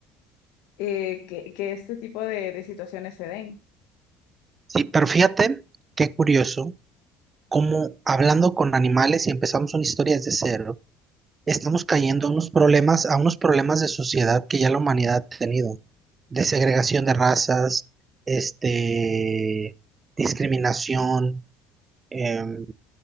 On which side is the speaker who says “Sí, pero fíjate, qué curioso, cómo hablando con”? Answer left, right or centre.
Right